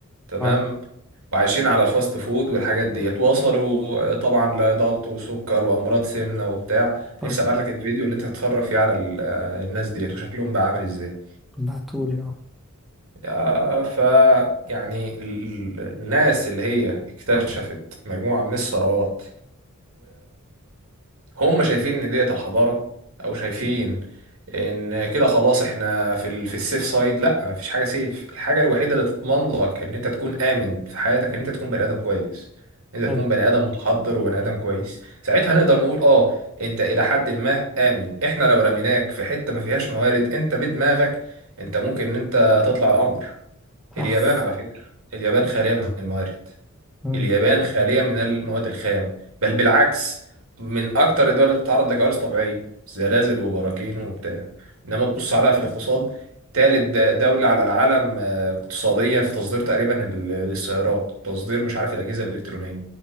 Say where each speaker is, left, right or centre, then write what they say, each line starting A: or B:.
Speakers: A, on the right; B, in the centre.
A: تمام
B: اه
A: وعايشين على الفاست فود والحاجات ديت وصلوا طبعا لضغط وسكر وامراض سمنه وبتاع
B: طبعا
A: نفسي ابعت لك الفيديو اللي انت هتتفرج فيه على ال- آه، الناس ديت وشكلهم بقى عامل ازاي
B: بعتولي اه
A: آه، ف يعني ال- ال- الناس اللي هي اكتشفت مجموعه من الثروات هم شايفين ان ديت الحضاره او شايفين ان كده خلاص احنا في ال... في السيف سايد لا مفيش حاجه سيف الحاجه الوحيده اللي تضمن لك ان انت تكون امن في حياتك ان انت تكون بني ادم كويس ان
B: حلو
A: انت تكون بني ادم متحضر وبني ادم كويس ساعتها نقدر نقول اه انت الى حد ما امن احنا لو رميناك في حته ما فيهاش موارد انت بدماغك انت ممكن ان انت تطلع القمر
B: صح
A: اليابان على فكره اليابان خاليه من الموارد
B: مم.
A: اليابان خالية من المواد الخام بل بالعكس من أكتر الدول اللي بتتعرض لكوارث طبيعية زلازل وبراكين وبتاع إنما تبص عليها في الاقتصاد تالت د- دولة على العالم آه، اقتصاديا في تصدير تقريبا ال- السيارات تصدير مش عارف الأجهزة الإلكترونية